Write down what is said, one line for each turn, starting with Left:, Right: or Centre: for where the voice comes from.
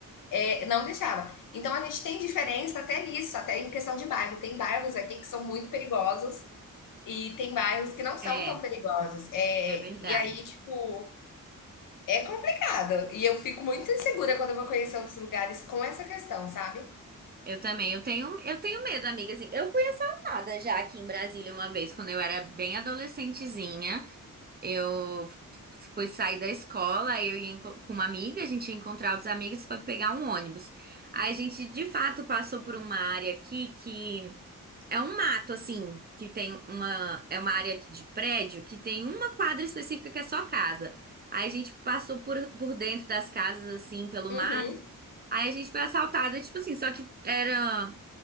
Left: é, não deixava. Então a gente tem diferença até nisso, até em questão de bairro. Tem bairros aqui que são muito perigosos e tem bairros que não são
Right: É,
Left: tão perigosos. É,
Right: é verdade.
Left: e aí, tipo, é complicado. E eu fico muito insegura quando eu vou conhecer outros lugares com essa questão, sabe?
Right: Eu também, eu tenho, eu tenho medo, amiga, assim. Eu fui assaltada já aqui em Brasília uma vez, quando eu era bem adolescentezinha. Eu fui sair da escola, eu ia enco- com uma amiga, a gente ia encontrar outros amigos, foi pegar um ônibus. Aí a gente, de fato, passou por uma área aqui que É um mato, assim, que tem uma. É uma área aqui de prédio que tem uma quadra específica que é só casa. Aí a gente passou por, por dentro das casas, assim, pelo
Left: Uhum.
Right: mato. Aí a gente foi assaltado, tipo assim, só que era.